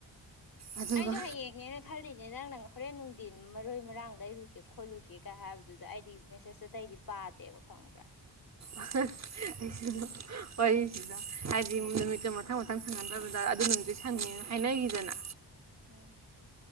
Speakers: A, on the right (about 40°); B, on the left (about 50°).
A: ꯑꯗꯨꯒ
B: ꯑꯩꯁꯨ ꯍꯌꯦꯡꯅꯦꯅ ꯈꯜꯂꯤꯅꯦ ꯅꯪ ꯅꯪ ꯍꯣꯔꯦꯟ ꯅꯨꯡ ꯗꯤ ꯃꯔꯣꯏ ꯃꯔꯥꯡ ꯂꯩꯔꯨꯒꯦ ꯈꯣꯠꯂꯨꯒꯦꯒ ꯍꯥꯏꯕꯗꯨꯗ ꯑꯩꯗꯤ ꯃꯦꯁꯦꯁꯇ ꯑꯇꯩꯗꯤ ꯄꯥꯗꯦꯕ ꯈꯪꯕ꯭ꯔꯥ
A: ꯑꯩ ꯋꯥꯔꯤꯁꯤꯗ ꯍꯥꯏꯗꯤ ꯅꯨꯃꯤꯠꯇꯣ ꯃꯊꯪ ꯃꯊꯪ ꯁꯪꯍꯟꯗꯕꯗ ꯑꯗꯨ ꯅꯨꯃꯤꯠꯇꯨ ꯁꯪꯉꯦ ꯍꯥꯏꯅꯈꯤꯗꯅ
B: ꯎꯝ